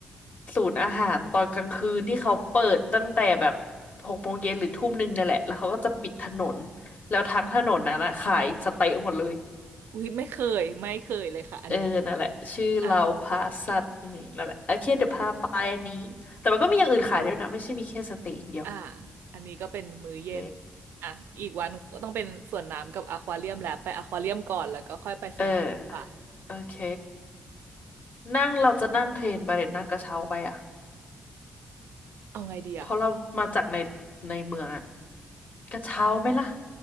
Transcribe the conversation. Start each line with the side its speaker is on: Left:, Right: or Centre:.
Left: ศูนย์อาหารตอนกลางคืนที่เขาเปิดตั้งแต่แบบหกโมงเย็นหรือทุ่มหนึ่งนั่นแหละแล้วเขาก็จะปิดถนนแล้วทั้งถนนนั้นนะขายสเต๊ะหมดเลย
Right: อุ้ยไม่เคยไม่เคยเลยค่ะอันนี้
Left: เออนั่นแหละชื่อเราพาสัตว์อืมนั่นแหละโอเคเดี๋ยวพาไปอันนี้แต่มันก็มีอย่างอื่นขายด้วยนะไม่ใช่มีแค่สเต๊ะอย่างเดียว
Right: อ่ะอ่าอันนี้ก็เป็นมื้อเย็น
Left: โอเค
Right: อ่ะอีกวันก็ต้องเป็นสวนน้ำกับอควาเรียมแล้วไปอควาเรียมก่อนแล้วก็ค่อยไปสวนน้ำตอนบ่าย
Left: เออโอเคนั่งเราจะนั่งเทรนไปหรือนั่งกระเช้าไปอ่ะ
Right: เอาไงดีอะ
Left: เพราะเรามาจากในในเมืองอ่ะกระเช้าไหมล่ะ